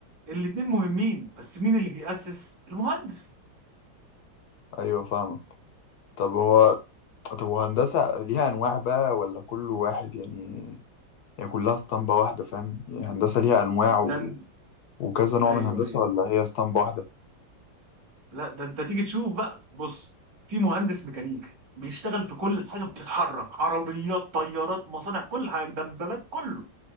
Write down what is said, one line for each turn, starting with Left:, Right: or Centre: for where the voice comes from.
Right: الاتنين مهمين بس مين اللي بيأسس المهندس
Left: أيوة فاهمك طب هو طب وهندسة ليها أنواع بقى ولا كل واحد يعني يعني كلها اسطمبة واحدة فاهم يعني هندسة ليها أنواع و...
Right: ده إن-
Left: وكذا نوع
Right: ايوه
Left: من هندسة
Right: ايوه
Left: ولا هي اسطمبة واحدة
Right: لا ده انت تيجي تشوف بقى بص في مهندس ميكانيكا بيشتغل في كل حاجة بتتحرك عربيات طيارات مصانع كل حاجة دبابات كله